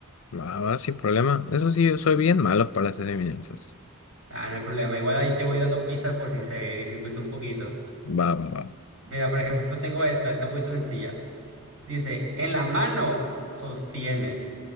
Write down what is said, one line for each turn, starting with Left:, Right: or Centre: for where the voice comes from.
Left: Va, va, sin problema. Eso sí, yo soy bien malo para las adivinanzas.
Right: Ah, no hay problema, igual ahí te voy dando pistas por si se dificulta un poquito.
Left: Va, va, va.
Right: Mira, por ejemplo, tengo esta, está un poquito sencilla. Dice, en la mano sostienes.